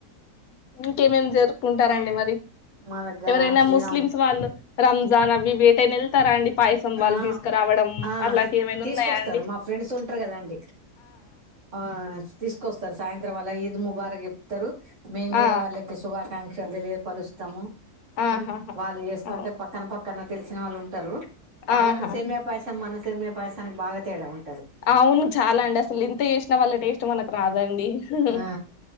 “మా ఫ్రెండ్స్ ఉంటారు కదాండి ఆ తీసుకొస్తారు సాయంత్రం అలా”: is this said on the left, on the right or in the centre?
Right